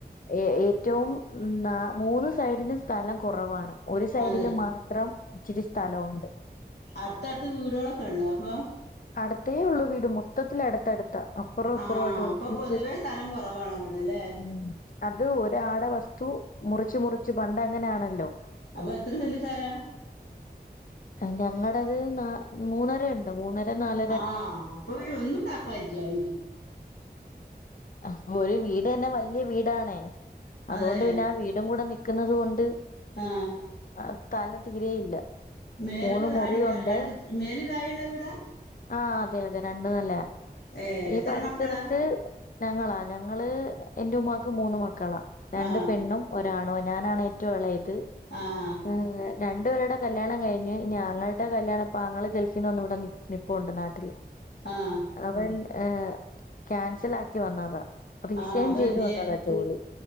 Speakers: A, on the left; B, on the left.
A: ഏ ഏറ്റവും ന്ന മൂന്ന് സൈഡിന് സ്ഥലം കുറവാണ്. ഒരു സൈഡില്
B: അതെ
A: മാത്രം ഇച്ചിരി സ്ഥലവുണ്ട്.
B: അട്ത്തട്ത്ത് വീടുകളൊക്കെ ഉണ്ടോ അപ്പൊ
A: അടുത്തേ ഉള്ളൂ വീട് മൊത്തത്തിലടുത്തടുത്ത അപ്പുറോ അപ്പുറോ
B: ആ
A: ആയിട്ട് ഒരുമിച്ച്
B: അപ്പൊ പൊതുവേ സ്ഥലം കുറവാണ് അവിടെ അല്ലേ
A: ഉം അത് ഒരാട വസ്തു മുറിച്ച് മുറിച്ച് പണ്ട് അങ്ങനെയാണല്ലോ.
B: അപ്പൊ എത്ര യത്ര സെന്റ് സ്ഥലാ?
A: അ ഞടത് ന്ന മൂന്നര ഉ ണ്ട് മൂന്നര ന്നാൽ
B: ആ അപ്പൊ ഒന്നുംണ്ടാക്കാ <unintelligible>
A: ആഹ് ഒരു വീട് തന്നെ വലിയ വീടാണേ അതോണ്ട്
B: അതെ
A: പിന്നെ ആ വീടും കൂടെ നിക്ക്ന്നത് കൊണ്ട്
B: ആ
A: ആഹ് തലം തീരെയില്ല
B: മേലപ്പ
A: മൂന്ന് മുറിയുണ്ട്
B: അടി രണ്ട് മേലും തായള്ള വീടാ
A: ആ അതെ അതെ രണ്ടന്നല്ലേ
B: ഏ
A: ഈ
B: എത്ര
A: പരിസരത്ത്
B: മക്കളാ
A: ഞങ്ങളാ ഞങ്ങള് എന്റെ ഉമ്മാക്ക് മൂന്ന് മക്കളാ രണ്ട്
B: ആ
A: പെണ്ണും ഒരാണോ ഞാനാണ് ഏറ്റവും എളയത്
B: ആ ആ
A: ഏഹ് രണ്ടു പേരുടെ കല്യാണം കഴിഞ്ഞ് ഇനി ആങ്ങളുടെ കല്യാണം ഇപ്പൊആങ്ങള ഗൾഫിന്ന് വന്ന് ഇവിടെ നി നിപ്പുണ്ട് നാട്ടില്.
B: ആഹ്.
A: അവൻ ഹേ ക്യാൻസൽ ആക്കി വന്നതാ. റീസൈൻ
B: ആ അപ്പൊ
A: ചെയ്ത്
B: എന്തിയേ
A: വന്നതാ ജോലി